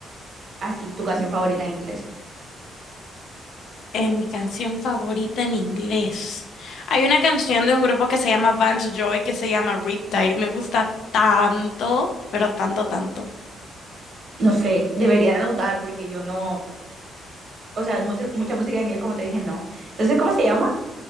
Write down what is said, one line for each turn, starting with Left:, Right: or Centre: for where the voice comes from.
Right: así, tu canción favorita en inglés.
Left: Eh, mi canción favorita en inglés. Hay una canción de un grupo que se llama Vance Joy que se llama Riptide. Me gusta tanto, pero tanto, tanto.
Right: No sé, debería anotar porque yo no, o sea, mu- mucha música en inglés, como te dije, no. Entonces, ¿cómo se llama?